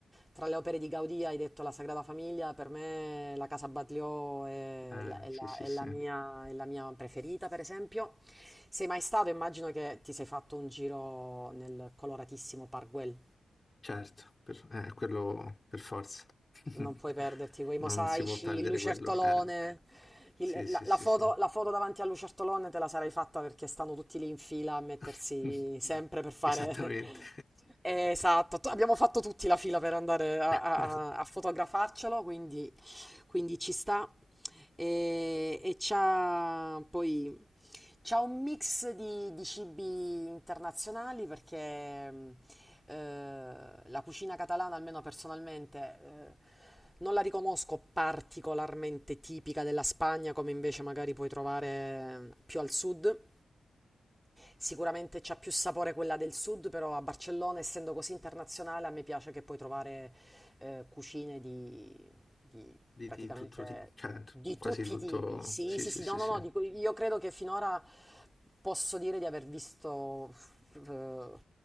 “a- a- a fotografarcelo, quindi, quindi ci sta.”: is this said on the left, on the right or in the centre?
Centre